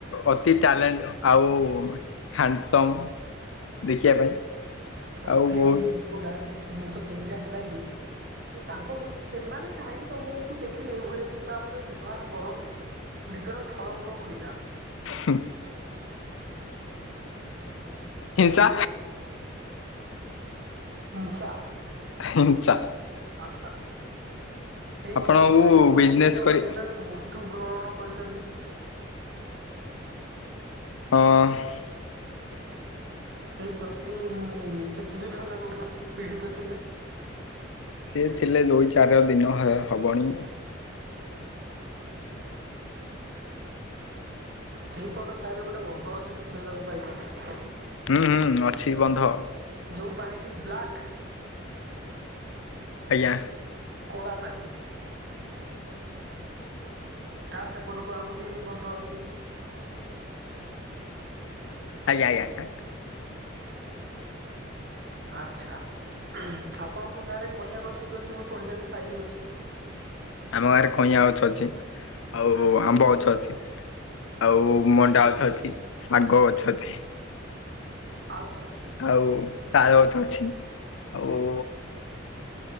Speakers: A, on the left; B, on the right.
A: ଅତି ଟ୍ୟାଲେଣ୍ଟ ଆଉ ହାଣ୍ଡସମ। ଦେଖିବା ପାଇଁ।
B: ଆଛା
A: ଆଉ
B: ଭେରି
A: ବହୁତ
B: ଇମ୍ପୋର୍ଟାଣ୍ଟ ଜିନିଷ ସେଇଟା ହେଲା କି ସେ ତାଙ୍କ ସେମାନେ କାହିଁକି ତମକୁ ଦେଖିକି ଏଇଭଳି ଭାବରେ ବ୍ୟବହାର କରନ୍ତି। ନିଜର ଥଳ କୂଳ ଭୁଲି ଯାଆନ୍ତି।
A: ହୁଁ। ହିଂସା
B: ଏ ହିଂସା।
A: ହିଂସା
B: ଆଛା ସେଇ
A: ଆପଣଙ୍କୁ
B: ସାହିପଟୁ
A: ବିଜନେସ୍
B: ଏ ଜଣେ
A: କରି
B: କେହି ଜଣେ ମୂ ତୁ ବ୍ରରଣ କରିଛନ୍ତି।
A: ହଁ।
B: ସେଇ ବ୍ୟକ୍ତି କେତେ ଦିନ ହେଲା ରୋଗରେ ପୀଡ଼ିତ ଥିଲେ।
A: ସେ ଥିଲେ ଦୁଇ ଚାରି ଦିନ ହ ହବଣି।
B: ସେଇପଟ ସାହିରେ ଗୋଟେ ବନ୍ଧ ଅଛି ମୁଁ ଶୁଣିବାକୁ ପାଇଛି।
A: ହୁଁ ହୁଁ ଅଛି ବନ୍ଧ।
B: ଯୋଉ ପାଣିଟି ବ୍ଲାକ୍।
A: ଆଜ୍ଞା।
B: କଳା ପାଣି। ତା ସେପଟକୁ ଆଉ ଗୋଟିଏ ବି ବନ୍ଧ ଅଛି।
A: ଆଜ୍ଞା ଆଜ୍ଞା
B: ଆଚଛା ଆପଣଙ୍କ ଗାଁରେ କଇଁଆ ଗଛ ବି ଅଛି ମୁଁ ଶୁଣିବାକୁ ପାଇଅଛି।
A: ଆମ ଗାଁରେ କଇଁଆ ଗଛ ଅଛି। ଆଉ
B: ଆଚ୍ଛା
A: ଆମ୍ବ ଗଛ ଅଛି। ଆଉ ମଣ୍ଡା ଗଛ ଅଛି ଶାଗ ଗଛ ଅଛି।
B: ଆଉ କଣ ଅଛି?
A: ଆଉ ତାଳ ଗଛ ଅଛି ଆଉ।